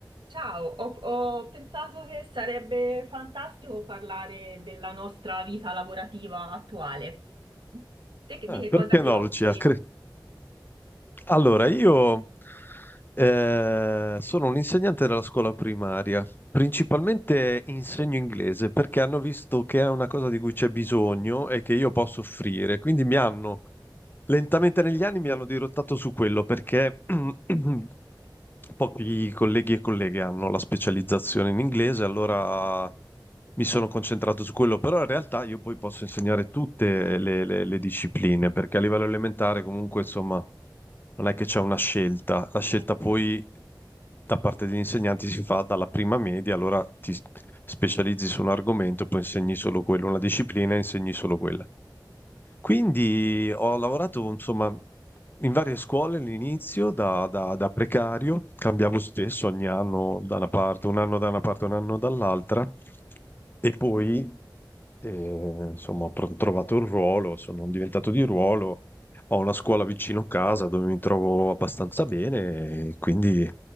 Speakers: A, on the right (about 80°); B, on the left (about 25°).
A: Ciao, ho, ho pensato che sarebbe fantastico parlare della nostra vita lavorativa attuale. Te che- di
B: Eh,
A: che
B: perché
A: cosa ti
B: no,
A: occupi?
B: Lucia? Cre- Allora, io eh, sono un insegnante della scuola primaria, principalmente insegno inglese perché hanno visto che è una cosa di cui c'è bisogno e che io posso offrire, quindi mi hanno Lentamente negli anni mi hanno dirottato su quello perché <clears throat> pochi colleghi e colleghe hanno la specializzazione in inglese, allora mi sono concentrato su quello, però in realtà io poi posso insegnare tutte le, le- le discipline, perché a livello elementare comunque insomma non è che c'è una scelta, la scelta
A: Ok,
B: poi da parte degli insegnanti si fa dalla prima media, allora ti specializzi su un argomento, poi insegni solo quello, una disciplina e insegni solo quella. Quindi ho lavorato, insomma, in varie scuole all'inizio, da, da- da precario, cambiavo spesso ogni anno da una parte, un anno da una parte, un anno dall'altra, e poi, eh, insomma, ho pro- trovato il ruolo, sono diventato di ruolo, ho una scuola vicino casa dove mi trovo abbastanza bene, e quindi